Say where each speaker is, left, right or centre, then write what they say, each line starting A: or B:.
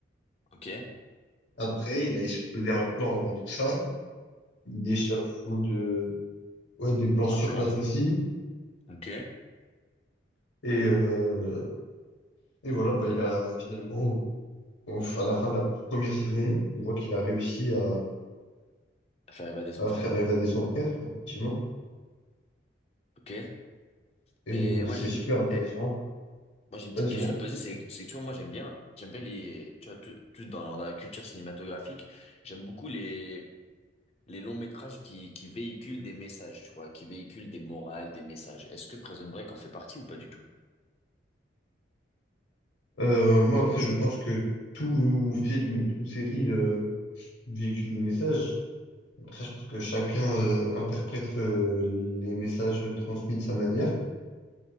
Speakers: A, on the left; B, on the left.
A: ok.
B: Après, il a échafaudé un plan avant tout ça. Il échafaude euh, ouais, des plans sur
A: Un plan.
B: place aussi.
A: Ok.
B: Et, euh, et voilà, bah, il a finalement, au- au- à la fin de la première saison, on voit qu'il a réussi à,
A: Faire évader son
B: à
A: frère.
B: faire évader son frère, effectivement.
A: Ok.
B: Et
A: Mais
B: euh,
A: moi,
B: c'est
A: j'ai
B: super
A: une...
B: intéressant.
A: eh, Moi, j'ai une petite
B: Ouais, dis-moi.
A: question à te poser, c'est c'est que tu vois, moi j'aime bien, j'aime bien les, tu vois, tout, tout dans, dans la culture cinématographique, j'aime beaucoup les les longs métrages qui qui véhiculent des messages, tu vois, qui véhiculent des morales, des messages. Est-ce que Prison Break en fait partie ou pas du tout?
B: Euh, moi, après, je pense que tout film et toute série euh, véhicule des messages. Après, je pense que chacun euh, interprète euh, les messages transmis de sa manière.